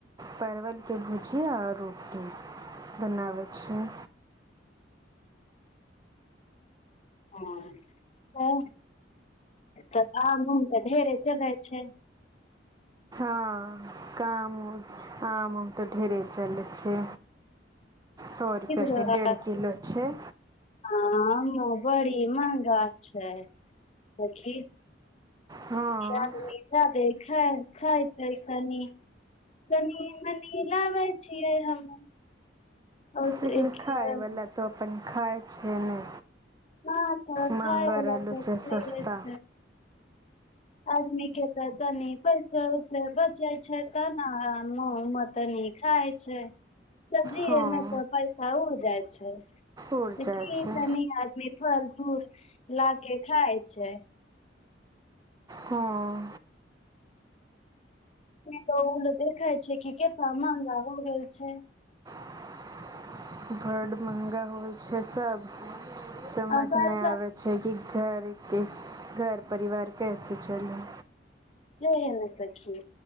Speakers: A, on the right (about 20°); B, on the left (about 35°).
A: परवलके भुजिया आओर रोटी बनाबै छियै
B: हँ त तऽ आम उम तऽ ढेरे चलै छै
A: हँ काम आम तऽ ढेरे चले छै सौ रुपैआके
B: र
A: डेढ़
B: आ
A: किलो छै
B: आ बड़ी मेहंगा छै देखी
A: हँ
B: आदमि जायंदे खाय खायते तनी तनी मनी लाबै छियै हम और
A: लेकिन
B: एक
A: खायवला तो अपन खाय छै ने
B: हँ तऽ
A: महंगा
B: खाय बला
A: रहलो
B: त
A: छै सस्ता
B: छै आदमी के तऽ तनी पैसे उसे बचे छै त ने तनी खाय छै सब्जी
A: हाँ
B: एमे तऽ पैसा उड़ जाइ छै
A: उड़
B: देखिन
A: जाय छै
B: सनी आदमी फल फूल ला के खाय छै
A: हँ
B: ई त ओल देखाय छै कि केतना महंगा हो गेल छै
A: <unintelligible> बड महंगा होइ छै सब समझ
B: आ सरसा
A: नहि आबे छै कि घरके घर परिवार कैसे चलै
B: जमे सखी